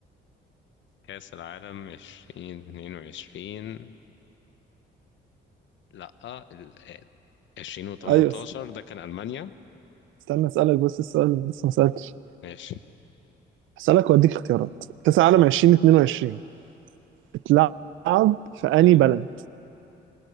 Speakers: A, on the left; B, on the right.
A: كاس العالم 2022 لا ال 2018
B: ايوه
A: ده كان المانيا
B: استنى اسالك بس السؤال اللي لسه ما سالتش
A: ماشي
B: هسالك واديك اختيارات كأس العالم 2022 اتلعب في انهي بلد